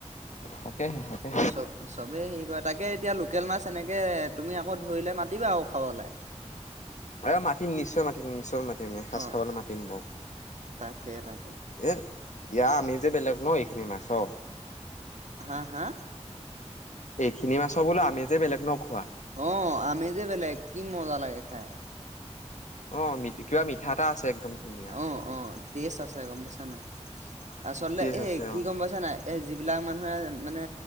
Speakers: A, on the left; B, on the right.
A: তাকেহে তাকে
B: চব চবেই হেৰি কৰে তাকে এতিয়া লোকেল মাছ এনেকৈ তুমি আকৌ ধৰিলে মাতিবা আৰু খাবলৈ
A: অ মাতিম নিশ্চয় মাতিম নিশ্চয় মাতিম মাতিম এসাঁজ
B: অঁ
A: খাবলৈ মাতিম বাৰু
B: তাকে তাকে
A: এ ইয়া আমি যে বেলেগ ন এইখিনি মাছ অ
B: হা হা
A: এইখিনি মাছ বোললে আমি যে বেলেগ নখোৱা
B: অ আমেজে বেলেগ কি মজা লাগে খাই
A: অ মি কিবা মিঠা এটা আছে একদম ধুনীয়া
B: অ অ টেষ্ট আছে গম পাইছা নাই আচলতে
A: টেষ্ট
B: এই
A: আছে
B: কি
A: অ
B: গম পাইছা নাই এই যিবিলাক মানুহে মানে